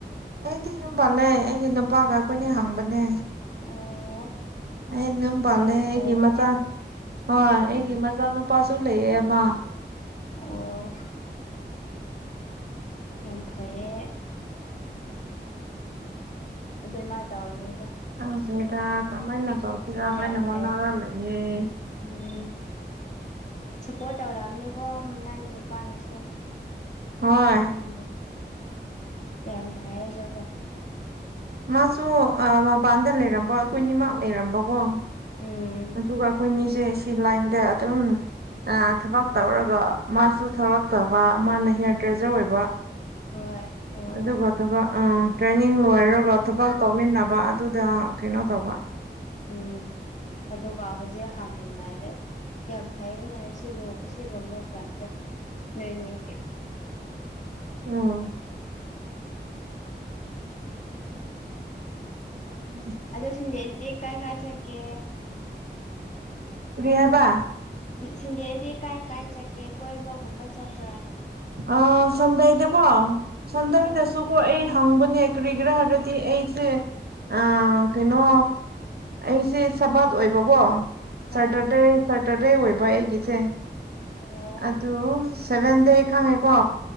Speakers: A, on the right (about 60°); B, on the left (about 40°).
A: ꯑꯩꯗꯤ ꯌꯨꯝꯄꯥꯜꯂꯦ ꯑꯩꯒꯤ ꯅꯨꯄꯥꯒ ꯑꯩꯈꯣꯏꯅꯤ ꯍꯥꯡꯕꯅꯦ꯫
B: ꯑꯣ꯫
A: ꯑꯩ ꯌꯨꯝ ꯄꯥꯜꯂꯦ
B: ꯌꯥꯝ
A: ꯑꯩꯒꯤ
B: ꯐꯩꯌꯦꯅꯦ
A: ꯃꯆꯥ ꯍꯣꯏ
B: ꯎꯝ
A: ꯑꯩꯒꯤ ꯃꯆꯥ ꯅꯨꯨꯄꯥꯁꯨ ꯂꯩꯌꯦ ꯑꯃ꯫
B: ꯑꯣ꯫ ꯌꯥꯝ ꯐꯩꯌꯦ꯫ ꯑꯗꯨꯃꯥꯏ ꯇꯧꯔꯝꯃꯤꯗꯣ
A: ꯈꯪꯗꯦꯗꯥ ꯀꯃꯥꯏꯅ ꯇꯧꯁꯤꯔꯥ ꯍꯥꯏꯅ
B: ꯌꯥꯝ
A: ꯍꯣꯠꯅꯔ
B: ꯐꯩꯌꯦꯅꯦ
A: ꯂꯩꯌꯦ
B: ꯎꯝ ꯁꯞꯄꯣꯔꯠ ꯇꯧꯔꯛꯑꯕꯅꯤꯀꯣ ꯅꯪꯒꯤ ꯅꯨꯄꯥꯅꯁꯨ
A: ꯍꯣꯏ
B: ꯑꯝ ꯌꯥꯝ ꯐꯩꯌꯦ ꯑꯗꯨꯒ
A: ꯃꯥꯁꯨ ꯃꯄꯥꯟꯗ ꯂꯩꯔꯝꯕ ꯑꯩꯈꯣꯏ ꯅꯤꯃꯛꯥꯛ ꯂꯩꯔꯝꯕꯀꯣ
B: ꯎꯝ
A: ꯑꯗꯨꯒ ꯑꯩꯈꯣꯏꯅꯤꯁꯦ ꯁꯤ ꯂꯥꯏꯟꯗ ꯑꯗꯨꯝ ꯑ ꯊꯕꯛ ꯇꯧꯔꯒ ꯃꯥꯁꯨ ꯊꯕꯛ ꯇꯧꯕ ꯃꯥꯅ ꯍꯤꯌꯥꯔ ꯗ꯭ꯔꯦꯖꯔ ꯑꯣꯏꯕ
B: ꯍꯣꯏ ꯑꯣ
A: ꯑꯗꯨꯒ ꯊꯕꯛ ꯑꯝ ꯇ꯭ꯔꯦꯅꯤꯡ ꯂꯣꯏꯔꯒ ꯊꯕꯛ ꯇꯧꯃꯤꯟꯅꯕ ꯑꯗꯨꯗ ꯀꯩꯅꯣ ꯇꯧꯕ
B: ꯎꯝ ꯑꯗꯨꯒ ꯍꯧꯖꯤꯛ ꯍꯥꯡꯃꯤꯟꯅꯔꯦ ꯑꯝ ꯌꯥꯝ ꯐꯩꯌꯦ ꯁꯤ ꯁꯤꯒꯨꯝꯕ ꯄ꯭ꯂꯥꯟꯁꯦ ꯅꯣꯏꯅꯤꯒꯤ
A: ꯑꯥ ꯑꯣ
B: ꯑꯗꯨ ꯁꯟꯗꯦꯁꯤꯗꯤ ꯀꯥꯏ ꯀꯥꯏ ꯆꯠꯀꯦ
A: ꯀꯔꯤ ꯍꯥꯏꯕ
B: ꯁꯟꯗꯦꯗꯤ ꯀꯥꯏ ꯀꯥꯏ ꯆꯠꯀꯦ ꯀꯣꯏꯕꯒꯨꯝꯕ ꯆꯠꯄ꯭ꯔꯥ
A: ꯑꯥ ꯁꯟꯗꯦꯗꯤ ꯀꯣ ꯁꯟꯗꯦꯗꯁꯨ
B: ꯍꯣꯏ
A: ꯀꯣ ꯑꯩ ꯍꯥꯡꯕꯅꯦ ꯀꯔꯤꯒꯤꯔꯥ ꯍꯥꯏꯔꯗꯤ ꯑꯩꯁꯦ ꯑ ꯀꯩꯅꯣ
B: ꯎꯝ
A: ꯑꯩꯁꯦ ꯁꯕꯥꯠ ꯑꯣꯏꯕꯀꯣ
B: ꯍꯣꯏ
A: ꯁꯦꯇꯔꯗꯦ ꯁꯦꯇꯔꯗꯦ ꯑꯣꯏꯕ ꯑꯩꯒꯤꯁꯦ
B: ꯑꯣ
A: ꯑꯗꯨ ꯁꯚꯦꯟ ꯗꯦ ꯈꯪꯉꯦꯀꯣ